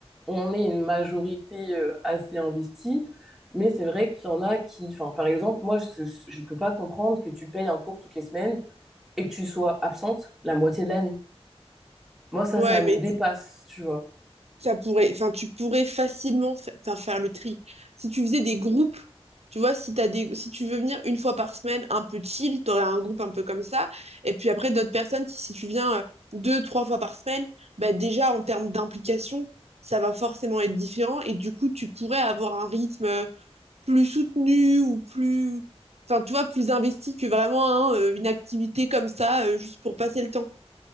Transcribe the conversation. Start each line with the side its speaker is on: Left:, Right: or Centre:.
Centre: on est une majorité euh, assez investie, mais c'est vrai qu'il y en a qui, enfin, par exemple, moi, je, je peux pas comprendre que tu payes un cours toutes les semaines et que tu sois absente la moitié de l'année. Moi, ça,
Right: Ouais,
Centre: ça me
Right: mais
Centre: dépasse, tu vois.
Right: ça pourrait, enfin, tu pourrais facilement fa- faire, faire le tri. Si tu faisais des groupes, tu vois, si t'as des, si tu veux venir une fois par semaine, un peu chill, t'aurais un groupe un peu comme ça. Et puis après, d'autres personnes, qui, si tu viens euh, deux, trois fois par semaine, bah, déjà, en termes d'implication, ça va forcément être différent. Et du coup, tu pourrais avoir un rythme euh, plus soutenu ou plus, enfin, tu vois, plus investi que vraiment hein, euh, une activité comme ça, euh, juste pour passer le temps.